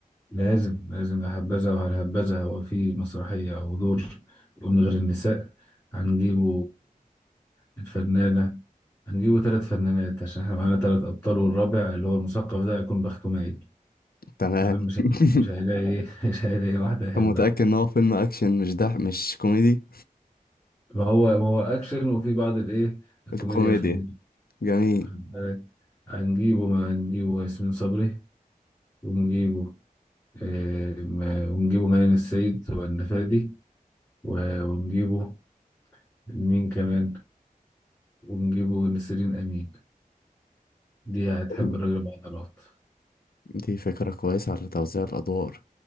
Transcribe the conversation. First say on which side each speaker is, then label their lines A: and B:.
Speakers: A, on the left; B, on the left.
A: لازم لازم لا هبذا ولا هبذا هو في مسرحية أو دور يقوم من غير النساء هنجيبه الفنانة هنجيبه ثلاث فنانات عشان احنا معانا ثلاث أبطال والرابع اللي هو المثقف ده هيكون بخته مايل
B: تمام
A: تمام مش
B: <laughs>
A: هي- مش هيلاقي ايه <laughs> مش هيلاقي واحدة يحبها
B: أنت متأكد إن هو فيلم أكشن مش ده مش كوميدي
A: ما هو ما هو أكشن وفي بعض الإيه الكوميديا
B: الكوميديا
A: الخفيفة
B: جميل
A: واخد بالك هنجيبه ما هنجيبه ياسمين صبري ونجيبه إيه ما- ونجيبه ميادة السيد والنفادي و- ونجيبه مين كمان ونجيبه نسرين أمين دي هتحب
B: حلو.
A: الراجل بعضلات
B: دي فكرة كويسة على توزيع الأدوار